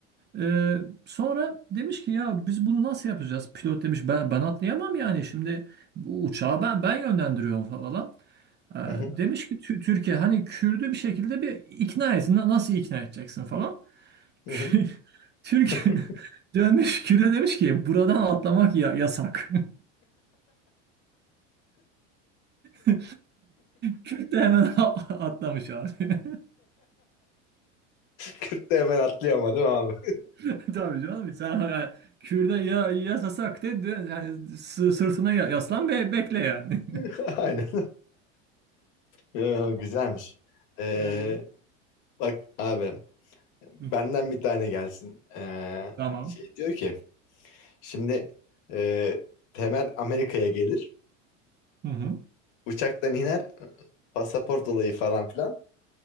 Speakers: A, on the right; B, on the left.
A: Ee, sonra demiş ki ya biz bunu nasıl yapacağız? Pilot demiş ben ben atlayamam yani şimdi bu uçağı ben ben yönlendiriyorum falan. Ee,
B: hı.
A: demiş ki "Tü- Türkiye hani Kürdü bir şekilde bir ikna et. Na- Nasıl ikna edeceksin falan.
B: Hı
A: <laughs>
B: hı.
A: Türkiye
B: <laughs>
A: <laughs> dönmüş Kürt'e demiş ki buradan atlamak ya yasak. <laughs> Kürt de hemen <laughs> atlamış abi.
B: Kürt de hemen atlıyor ama değil mi abi?
A: <laughs> Tabii canım sen yani, Kürt'e ya yasasak de de- yani, sı- sırtına ya- yaslan ve bekle yani.
B: <laughs> Aynen. Ya, güzelmiş. Ee,
A: <laughs>
B: bak abi benden
A: Yani.
B: bir tane gelsin. Ee,
A: Tamam.
B: şey diyor ki şimdi e, Temel Amerika'ya gelir.
A: Hı hı.
B: Uçaktan iner. Pasaport olayı falan filan.